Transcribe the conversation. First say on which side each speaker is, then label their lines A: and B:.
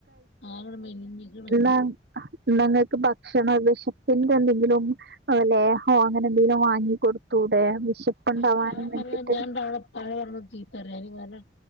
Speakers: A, on the left; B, on the right.
A: ആകൺ മെലിഞ്ഞ്ക്ക്‌ണ്
B: ആഹ് ന്നാ ഇങ്ങക്ക് ഭക്ഷണം വിശപ്പിന്റെ എന്തെങ്കിലും ആ ലേഹ്യം അങ്ങനെ എന്തെങ്കിലും വാങ്ങി കൊടുത്തൂടെ <unintelligible>
A: പക്ഷെ ഞൻ
B: വേണ്ടിട്ട്
A: പറയാ ഞാൻ <unintelligible> താഴെ വരുമ്പം ചീത്ത പറയാ ഇങ്ങനെ